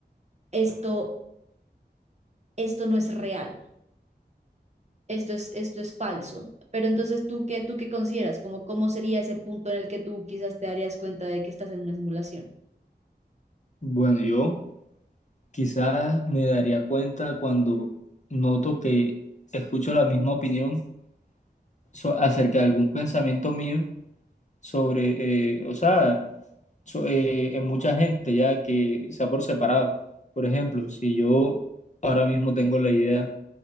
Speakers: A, on the right; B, on the left.
A: esto, esto no es real. esto es, esto es falso. Pero entonces, ¿tú qué, tú qué consideras? Como, ¿cómo sería ese punto en el que tú quizás te darías cuenta de que estás en una simulación?
B: Bueno, yo. Quizás me daría cuenta cuando noto que escucho la misma opinión so- acerca de algún pensamiento mío sobre, eh, o sea, so- eh, en mucha gente ya que sea por separado. Por ejemplo, si yo ahora mismo tengo la idea